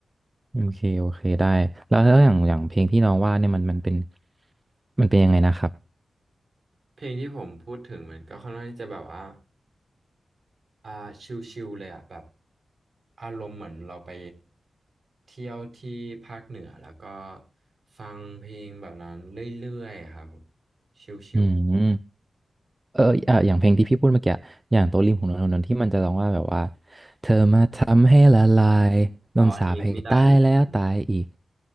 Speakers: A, on the right; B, on the right.
A: โอเคโอเคได้แล้วแล้วอย่างอย่างเพลงที่น้องว่าเนี่ยมันมันเป็นมันเป็นยังไงนะครับ
B: เพลงที่ผมพูดถึงมันก็ค่อนข้างที่จะแบบว่า อ่าชิลๆเลยอ่ะแบบอารมณ์เหมือนเราไปเที่ยวที่ภาคเหนือแล้วก็ฟังเพลงแบบนั้นเรื่อยๆครับผมชิล
A: อืมเอออ่ะอย่างเพลงที่พี่พูดเมื่อกี้อย่างโตะริมของนนทนนท์ที่มันจะร้องว่าแบบว่าเธอมาทำให้ละลายโดนสาปให้ตายแล้วตายอีก
B: ๆอ๋ออันนี้ไม่ได้เลยพี่